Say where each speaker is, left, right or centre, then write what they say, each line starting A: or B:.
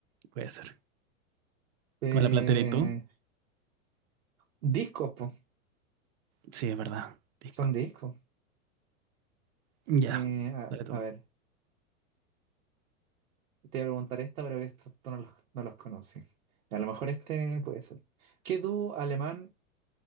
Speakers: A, on the right; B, on the right.
A: puede ser.
B: Eh,
A: ¿Cómo la plantearé tú?
B: Eh, discos, pues,
A: Sí, es verdad. Disco.
B: son discos.
A: Ya,
B: Eh, a,
A: dale tú.
B: a ver, te voy a preguntar esta, pero que esto, tú no los, no los conocí. A lo mejor este puede ser. ¿Qué dúo alemán